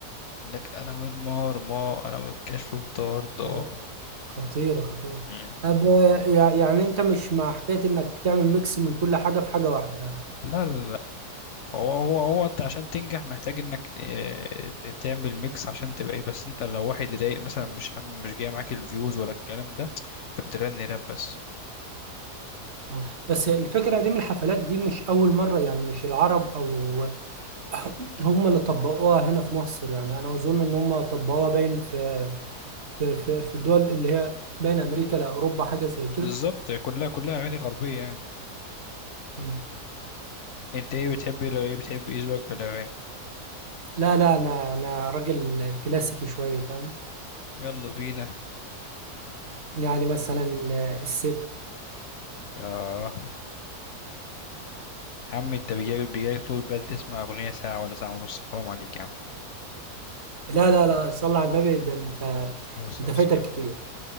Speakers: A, on the left; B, on the right.
A: لك انا والمار ما انا والكشف طارده
B: آه، خطيرة خطيرة
A: مم.
B: أب... يع- يعني أنت مش مع حكاية إنك تعمل ميكس من كل حاجة في حاجة واحدة يعني
A: لا لا هو هو هو انت عشان تنجح محتاج انك آه، تعمل ميكس عشان تبقى ايه بس انت لو واحد رايق مثلا مش هم مش جاي معاك الفيوز ولا الكلام ده انت بتغني راب بس
B: اه بس الفكرة دي من الحفلات دي مش أول مرة يعني مش العرب أو <clears throat> هم اللي طبقوها هنا في مصر يعني أنا أظن إن هم طبقوها باين في في في, في الدول اللي هي بين أمريكا لأوروبا حاجة زي كده
A: بالظبط كلها كلها اغاني غربية يعني
B: مم.
A: انت ايه بتحب ايه لو ايه بتحب ايه ذوقك في الاغاني
B: لا لا أنا أنا راجل كلاسيكي شوية فاهم
A: يلا بينا
B: يعني مثلا آه، الست
A: اه يا عم انت بيجي بيجي طول بال تسمع اغنية ساعة ولا ساعة ونص حرام عليك يا عم
B: لا لا لا صلى على النبي ده انت
A: بس
B: انت
A: بس
B: فايتك
A: يعني.
B: كتير